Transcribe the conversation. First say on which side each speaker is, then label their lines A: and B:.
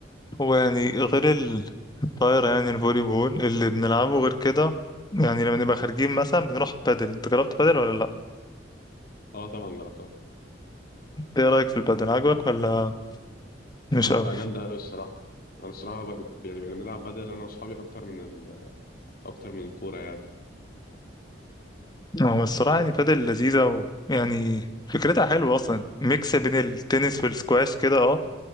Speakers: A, on the left; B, on the left.
A: ويعني غير ال- الطايرة يعني الفولي بول اللي بنلعبه غير كده يعني لما نبقى خارجين مثلا بنروح بادل انت جربت بادل ولا لا؟
B: اه طبعا جربتها
A: ايه رأيك في البادل عجبك ولا مش
B: لا
A: قوي؟
B: لا جامده قوي الصراحه انا الصراحه بقى يعني بقينا بنلعب بدل انا واصحابي اكتر من ال... اكتر من الكوره يعني
A: هو الصراحة يعني بادل لذيذة ويعني فكرتها حلوة أصلا ميكس بين التنس والسكواش كده اه